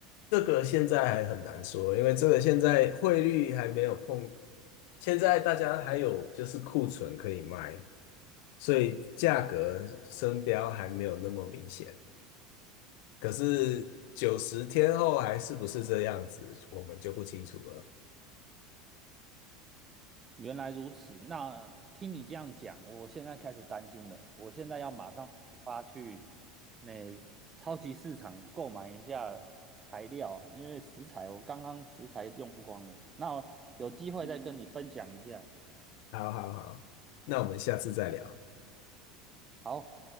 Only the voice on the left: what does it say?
这个现在还很难说，因为这个现在汇率还没有碰，现在大家还有就是库存可以卖，所以价格升标还没有那么明显。可是九十天后还是不是这样子，我们就不清楚了。
好好好，那我们下次再聊。